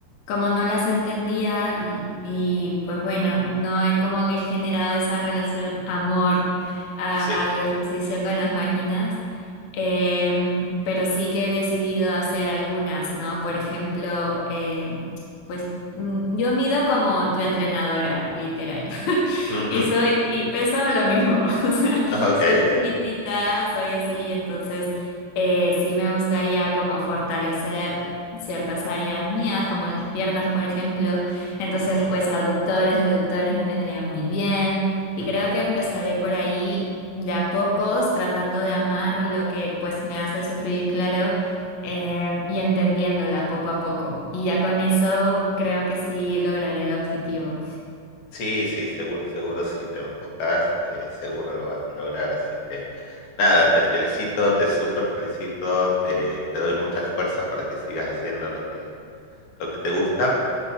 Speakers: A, on the left; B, on the left.
A: como no las entendía y, y, pues bueno, no he como que generado esa relación amor a-
B: Sí.
A: al
B: <laughs>
A: ejercicio con las máquinas, em, pero sí que he decidido hacer algunas, ¿no? Por ejemplo, em, pues mm, yo mido como tu entrenadora, literal, <laughs>
B: Ujú.
A: y soy, y peso lo mismo, <laughs>
B: Ok,
A: Soy
B: ok.
A: chiquitita, soy así, entonces eh, sí me gustaría como fortalecer ciertas áreas mías, como las piernas, por ejemplo. Entonces,
B: Ujú,
A: pues aductores, deductores me vendría muy bien. Y
B: ujú.
A: creo que empezaré por ahí de a pocos, tratando de amar lo que pues me hace sufrir, claro, eh, y entendiéndola poco a poco. Y ya con eso creo que sí lograré el objetivo.
B: Sí, sí, seguro, seguro si te enfocas, eh, seguro lo vas a lograr. Así que nada, te felicito, te súper felicito, te, te doy muchas fuerzas para que sigas haciendo lo que, lo que te gusta.